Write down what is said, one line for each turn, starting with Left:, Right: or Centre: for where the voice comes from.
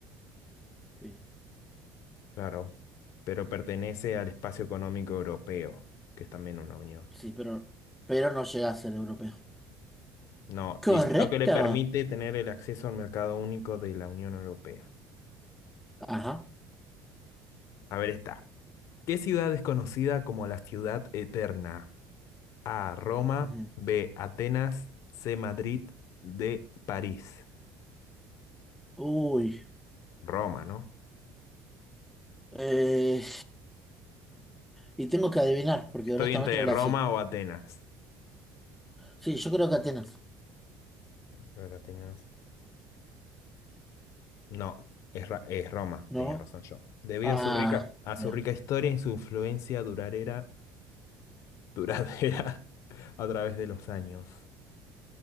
Centre: Sí,
Left: Claro, pero pertenece al espacio económico europeo, que es también una unión.
Centre: sí, pero, pero no llega a ser europeo.
Left: No, dice,
Centre: Correcto.
Left: lo que le permite tener el acceso al mercado único de la Unión Europea.
Centre: Ajá.
Left: A ver, está. ¿Qué ciudad es conocida como la ciudad eterna? A, Roma,
Centre: Ujú.
Left: B, Atenas, C, Madrid, D, París.
Centre: Uy.
Left: Roma, ¿no?
Centre: eh, y tengo que adivinar, porque
Left: Estoy
Centre: honestamente
Left: entre
Centre: no
Left: Roma
Centre: la sé.
Left: o Atenas.
Centre: Sí, yo creo que Atenas.
Left: A ver, Atenas. No, es, Ra- es Roma,
Centre: ¿No?
Left: tenía razón yo. Debido
Centre: Ah,
Left: a su rica, a
Centre: mirá,
Left: su rica historia y su influencia duradera duradera <laughs> a través de los años.